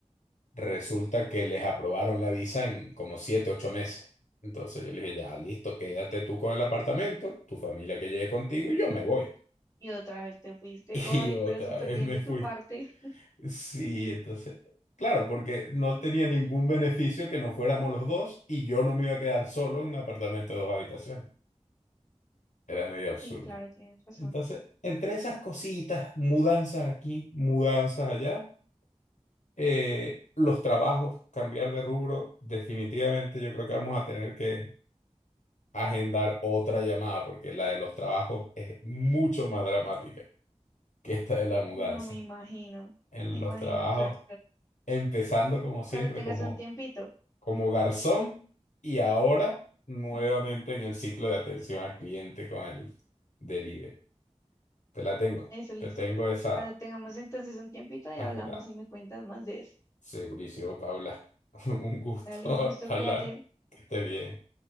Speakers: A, on the left (about 80°); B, on the left (about 25°).
A: Resulta que les aprobaron la visa en como siete, ocho meses. Entonces yo le dije, ya, listo, quédate tú con el apartamento, tu familia que llegue contigo y yo me voy.
B: Y otra vez te fuiste,
A: <laughs>
B: guay,
A: Y otra
B: pero súper
A: vez
B: bien
A: me
B: de
A: fui.
B: tu parte. <laughs>
A: Sí, entonces, claro, porque no tenía ningún beneficio que no fuéramos los dos y yo no me iba a quedar solo en un apartamento de dos habitaciones. Era medio absurdo.
B: Sí, claro, tienes razón.
A: Entonces, entre esas cositas, mudanzas aquí, mudanzas allá. eh, los trabajos, cambiar de rubro, definitivamente yo creo que vamos a tener que agendar otra llamada porque la de los trabajos es mucho más dramática que esta de la mudanza.
B: No me imagino.
A: En
B: Me imagino,
A: los trabajos,
B: claro.
A: empezando como siempre,
B: Cuando tengas
A: como,
B: un tiempito.
A: como garzón y ahora nuevamente
B: <laughs>
A: en el ciclo de atención al cliente con el delivery. Te la tengo,
B: Eso, listo.
A: te tengo esa
B: Cuando tengamos entonces un tiempito y
A: agenda.
B: hablamos y me cuentas más de eso.
A: Segurísimo, Paula. <laughs> Un gusto
B: Dale un gusto,
A: hablar.
B: cuídate.
A: Que esté bien.